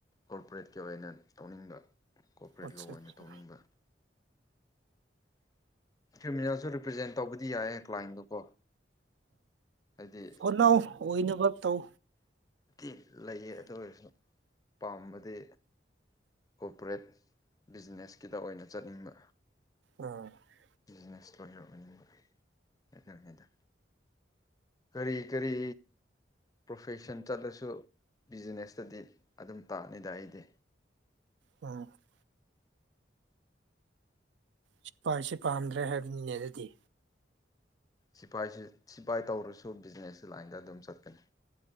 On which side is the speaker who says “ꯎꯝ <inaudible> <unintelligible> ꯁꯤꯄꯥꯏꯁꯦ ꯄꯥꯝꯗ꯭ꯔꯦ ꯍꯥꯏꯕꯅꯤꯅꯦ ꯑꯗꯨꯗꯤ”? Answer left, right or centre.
Right